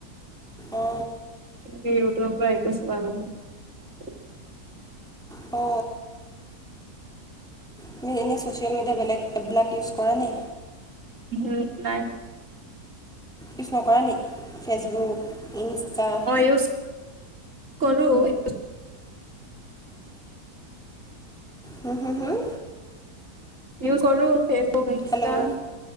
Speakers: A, in the centre; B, on the right.
A: অ
B: তেনেকে ইউটিউবৰ পৰা একো ছোৱা নহয়
A: অ তুমি এনেই ছ'চিয়েল মিডিয়া বেলেগ এপবিলাক ইউজ কৰা নে
B: উম নাই
A: ইউজ নকৰা নি ফেচবুক ইনষ্টা।
B: অ ইউজ কৰো ',।
A: উম', - হুম', - হুম',।
B: ইউজ কৰো,। ফেচবুক ইনষ্টা,
A: হেল্ল'